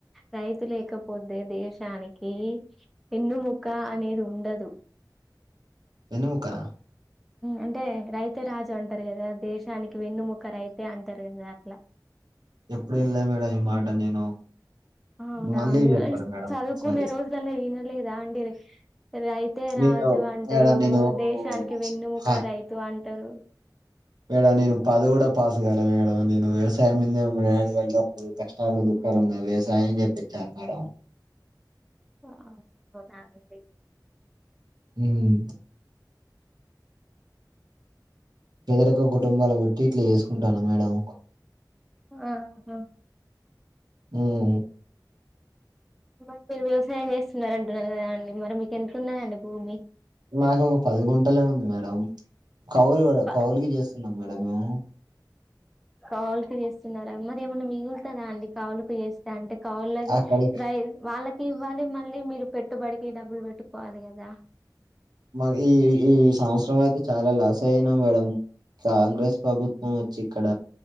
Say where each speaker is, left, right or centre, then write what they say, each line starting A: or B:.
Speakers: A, in the centre; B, on the right (about 65°).
A: రైతు లేకపోతే దేశానికి ఎన్నుముక్క అనేది ఉండదు
B: ఎన్నుముక్కన
A: అంటే రైతే రాజు అంటారు కదా దేశానికి వెన్నుముక్క రైతే అంటారు కదా అట్లా
B: ఎప్పుడు ఇంలే మేడం ఈ మాట నేను
A: అవునా
B: మళ్ళీ చెప్పారు మేడం
A: చదువుకునే
B: ఒకసారి
A: రోజులల్ల వినలేదా అండి రైతే రాజు
B: నేను
A: అంటారు
B: మేడం నేను
A: దేశానికి వెన్నుముక రైతు అంటారు
B: మేడం నేను పది కూడా పాస్ గాలే మేడం నేను వ్యవసాయం మీదని మ డాడీ వల్లపుడు కష్ట తనుగులు దుకాలు ఉన్నాయ్ వ్యవసాయం చేప్పించారు మేడం
A: <unintelligible>
B: ఉమ్ పేదరిక కుటుంబాల పుట్టి ఇట్లా చేసుకుంటాన మేడం
A: ఆహ్ హా
B: ఉమ్
A: నువ్వంటే వ్యవసాయం చేస్తున్నార అంటున్నారు గదా అండి మరి మీకు ఎంతున్నాదండి భూమి
B: నాకు ఒక పది గుంటలే ఉంది మేడం కౌలు మేడం
A: ప-
B: కౌవులుకి జేస్తున్నా మేడం నేను
A: కౌలు కి చేస్తున్నారా మరి ఏమన్నా మిగులుతదా అండి కౌలు లకి చేస్ త అంటే కౌల్ లకు
B: అక్కడికి
A: రై వాళ్ళకి ఇవ్వాలి మళ్ళీ మీరు పెట్టుబడికి డబ్బులు పెట్టుకోవాలే గదా
B: మక్ ఈ ఈ సంవత్సరం అయితే చాలా లాస్ అయినాం మేడం కాంగ్రెస్ ప్రభుత్వం వచ్చి ఇక్కడ